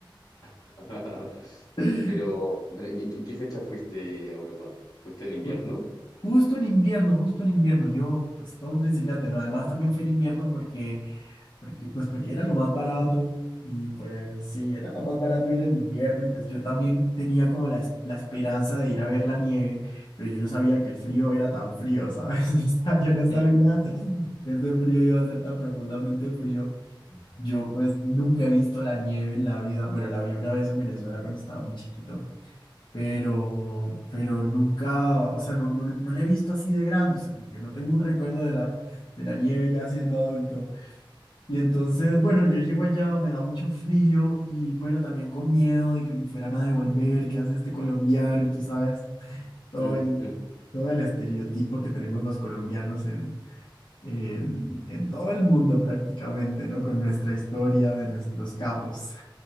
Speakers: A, on the left; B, on the left.
A: <laughs>
B: <laughs>
A: Pero, pero ¿en, en- en qué fecha fuiste a Europa? ¿Fuiste en invierno?
B: Ju- Justo en invierno, justo en invierno, yo pues todo un principiante, ¿no? Además también fui en invierno porque, porque pues porque era lo más barato y pues sí, era lo más barato ir en invierno y pues yo también tenía como la, es- la esperanza de ir a ver la nieve, pero yo no sabía que el frío era tan frío, ¿sabes? <laughs> O sea, yo
A: Ujú,
B: no sabía que ese frío iba a ser tan profundamente frío. Yo pues nunca he visto la nieve en la vida, bueno, la vi una vez en Venezuela cuando estaba muy chiquito pero, pero nunca, o sea, no, no, no la he visto así de grande, o sea, como que no tengo un recuerdo de la, de la nieve ya siendo adulto. Y entonces, bueno, yo llego allá, me da mucho frío y bueno, también con miedo de que me fueran a devolver, que hace este colombiano? Y tú sabes, todo
A: ujú,
B: el,
A: ujú.
B: todo el estereotipo que tenemos los colombianos en, en, en todo el mundo prácticamente, ¿no? Con nuestra historia de nuestros capos.